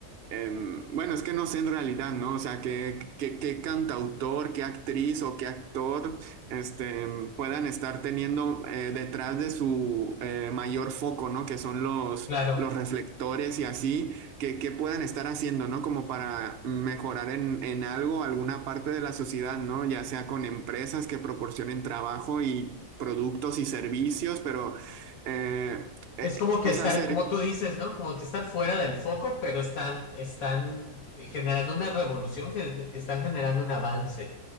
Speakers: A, on the right (about 55°); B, on the left (about 65°).
A: em, bueno, es que no sé en realidad, ¿no? O sea, qué, qué, qué cantautor, qué actriz o qué actor este, puedan estar teniendo eh, detrás de su eh, mayor foco, ¿no? Que son los,
B: claro.
A: los reflectores y así, que, que puedan estar haciendo, ¿no? Como para mejorar en, en algo, alguna parte de la sociedad, ¿no? Ya sea con empresas que proporcionen trabajo y productos y servicios, pero, eh, eh,
B: Es como que
A: o
B: estar,
A: sea, ser,
B: como tú dices, ¿no? Como que estar fuera del foco, pero están, están generando una revolución, ge- están generando un avance